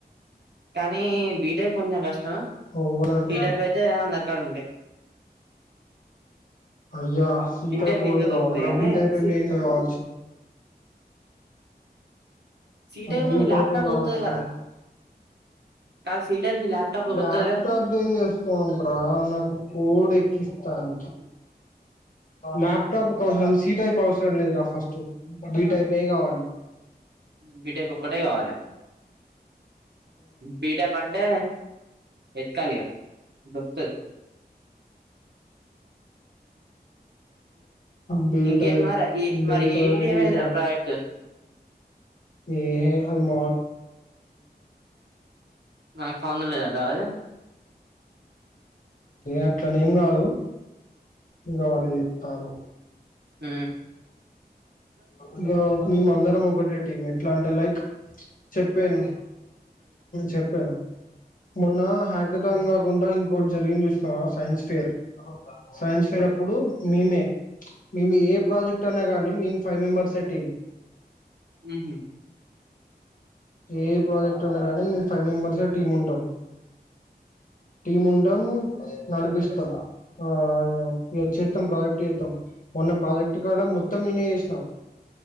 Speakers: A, on the right (about 80°); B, on the left (about 55°).
A: కానీ బీటెక్ కొంచెం కష్టం
B: ఎవ్వలంటే
A: టీటప్ అయితే అందరికాడ ఉంటాయి
B: అయ్యా సీ టైల్
A: టైప్ ఈజీగా
B: కావాల
A: దొరుకుతాయి
B: రబ్బీ
A: కానీ
B: టై
A: సి
B: ఏ మెయిన్ కావాల
A: సి టైప్
B: బీ
A: నీ
B: టైపే
A: ల్యాప్టాప్
B: కావాల్సింది
A: వత్తది కదరా కాదు సి టైప్ నీ ల్యాప్టాప్
B: ల్యాప్టాప్
A: వత్తదిగా
B: కి చేసుకోంట్రా నాకు కోడ్ ఎక్కిస్తాను ల్యాప్టాప్వసరం సి టైప్ అవసరం లేదురా ఫస్ట్ బీ టైప్ ఏ కావాలి
A: బిటేపు ఒక్కటే కావాలి బిటే పంటే ఎతకాలిగా దొరుకుతది
B: బీట
A: ఇంకేంది మరి ఏ
B: బెటక్
A: మరి ఏడిడి
B: బీటక్
A: ఏమైందిరా ప్రాజెక్ట్
B: ఏ అమ
A: నాకు సంబంధం లేదంట అది
B: అట్లనే ఏం కాదు ఇంకా వాళ్ళు పిలుతాలు
A: హ్మ్మ్
B: ఇక మేమందరం ఒకటే టీంట్ ఇట్లా అంటే లైక్ చెప్పాను చెప్పారు మొన్నా హ్యాకతాన్ కాకుండా ఇంకోటి జరిగింది చూసినావా సైన్స్ ఫేర్ సైన్స్ ఫేర్ అప్ ఇప్పుడు మేమే మేము ఏ ప్రాజెక్ట్ అన్నా కానీ మేము ఫైవ్ మెంబెర్సే టీమ్
A: ఉహూ
B: ఏ ప్రాజెక్ట్ అన్నా కానీ ఫైవ్ మెంబెర్సే టీమ్ ఉంటాం. టీమ్ ఉంటాం నడిపిస్తాం. ఆ చేత్తం ప్రాజెక్ట్ చేత్తం మొన్న ప్రాజెక్ట్ కాడ మొత్తం నేనే చేసి నా